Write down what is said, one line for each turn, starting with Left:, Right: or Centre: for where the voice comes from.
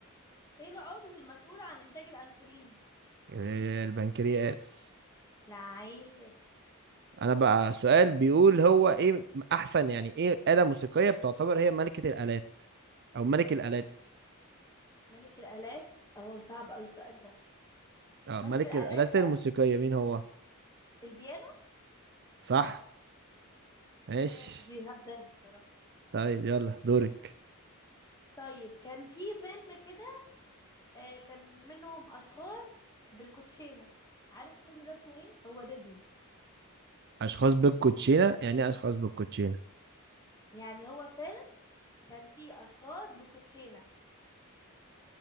Left: ايه العضو المسؤول عن انتاج الانسولين
Right: آه، البنكرياس
Left: لعيب
Right: انا بقى السؤال بيقول هو ايه احسن يعني ايه آلة موسيقية بتعتبر هي ملكة الآلات او ملك الآلات
Left: ملك الالات اه صعب اوي السؤال ده
Right: اه
Left: ملك
Right: ملك
Left: الالات
Right: الآلات الموسيقية مين هو
Left: البيانو
Right: صح ماشي
Left: ياه دي هبداها الصراحه
Right: طيب يلا دورك
Left: طيب كان في فيلم كده آه كان منهم اشخاص بالكوتشينه عارف الفيلم ده اسمه ايه هو ديزني
Right: اشخاص بالكوتشينة يعني ايه اشخاص بالكوتشينة
Left: يعني هو فيلم كان فيه اشخاص بالكوتشينه